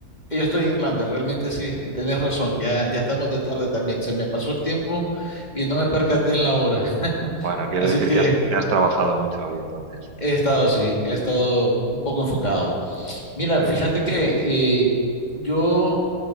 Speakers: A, on the left (about 25°); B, on the right (about 70°).
A: yo estoy en Irlanda, realmente sí, eh, tenés razón, ya, ya estamos de tarde también, se me pasó el tiempo y no me percaté en la hora, <laughs>
B: Bueno, quiere
A: así
B: decir
A: que
B: que has, que has trabajado mucho hoy entonces.
A: he estado, sí, he estado un poco enfocado. Mira,
B: Muy
A: fíjate
B: bien.
A: que eh, yo